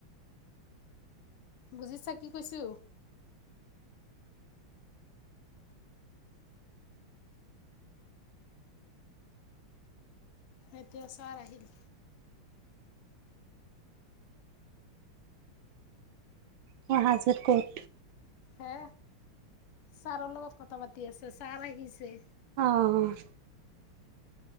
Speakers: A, on the left; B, on the right.
A: বুজিছা কি কৈছো। এতিয়া চাৰ আহিল।
B: মই হাজত ক'ত?
A: হে ছাৰৰ লগত কথা পাতি আছে ছাৰ আহিছে।
B: অ'।